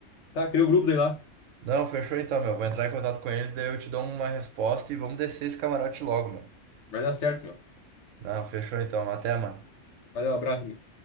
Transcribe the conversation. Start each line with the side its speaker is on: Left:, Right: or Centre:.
Left: tá, criou o grupo daí lá.
Right: Não, fechou então, meu. Vou entrar em contato com eles, daí eu te dou uma resposta e vamos descer esse camarote logo, meu.
Left: Vai dar certo, meu.
Right: Não, fechou então. Até, mano.
Left: Valeu, abraço, amigo.